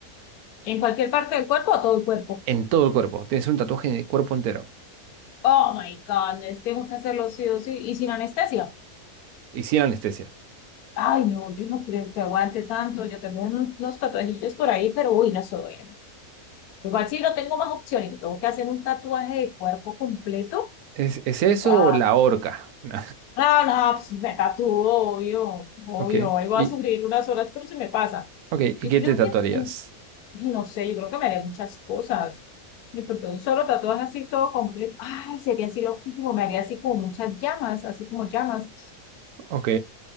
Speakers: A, on the left; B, on the right.
A: ¿En cualquier parte del cuerpo o todo el cuerpo?
B: en todo el cuerpo. Tienes un tatuaje en el cuerpo entero
A: Oh my goodness, tengo que hacerlo sí o sí. ¿Y sin anestesia?
B: y sin anestesia.
A: Ay, no, yo no creo que aguante tanto. Yo tengo un- unos tatuajillos por ahí, pero uy, no soy. bien. Igual si no tengo más opciones, tengo que hacer un tatuaje de cuerpo completo.
B: ¿Es, es eso
A: wow
B: o la horca? <laughs> No.
A: no, no, pues me tatúo, obvio, obvio.
B: Ok.
A: Ahí voy
B: Y,
A: a sufrir unas horas, pero se me pasa.
B: ok, ¿y
A: Yo
B: qué
A: creo
B: te tatuarías?
A: que Y no sé, yo creo que me haría muchas cosas. Me porque un solo tatuaje así todo completo. Ay, sería así loquísimo. Me haría así como muchas llamas, así como llamas.
B: Ok,